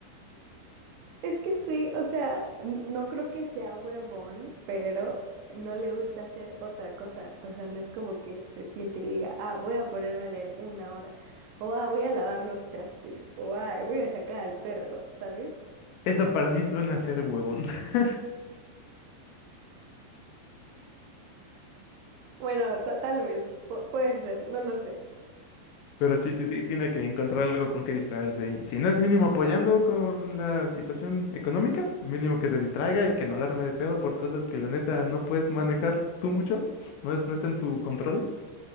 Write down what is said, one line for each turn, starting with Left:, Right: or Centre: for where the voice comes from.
Right: Es que sí, o sea, n- no creo que sea huevón, pero no le gusta hacer otra cosa. O sea, no es como que se siente y diga, ah, voy a ponerme a leer una hora, o ah, voy a lavar los trastes, o ah, voy a sacar al perro, ¿sabes?
Left: Eso para mí suena ser huevón. <laughs>
Right: Bueno, ta- tal vez, pu- puede ser, no lo sé.
Left: Pero sí, sí, sí, tiene que encontrar algo con que distraerse. Y Si no es mínimo apoyando con la situación económica, mínimo que se distraiga y que no la arme de pedo por cosas que la neta no puedes manejar tú mucho, no es, no está en tu control.